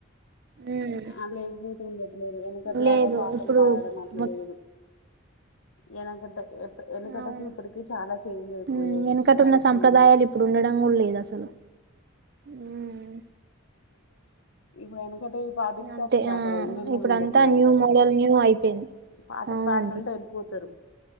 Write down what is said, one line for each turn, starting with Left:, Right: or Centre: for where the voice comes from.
Right: హ్మ్
Left: ఆ లేకపోతు ఉండట్లేదు వెనక అట్లాగా
Right: లేదు
Left: పాటలు
Right: ఇప్పుడు
Left: పాడడం అట్లాలేదు
Right: మొ
Left: వెనకడ్డ ఎ వెనకడ్కి
Right: అవును
Left: ఇప్పటిక చాలా చేంజ్ అయిపోయింది
Right: హ్మ్ వెనకట
Left: ధ
Right: ఉన్న
Left: అయిపోయింది
Right: సంప్రదాయాలు ఇప్పుడు ఉండడం కూడా లేదు అసలు హ్మ్
Left: ఇప్పుడ <unintelligible> ఇక్కడ పాటిస్తే
Right: అంతే
Left: అసలు
Right: ఆ
Left: అక్కడ ఉండని కూడా
Right: ఇప్పుడంతా
Left: ఉండట్లేరు
Right: న్యూ
Left: ఎవరు
Right: మోడల్ న్యూ అయిపోయింది
Left: పాటలు
Right: అవునండి
Left: పాడుతంట వెళ్ళిపోతారు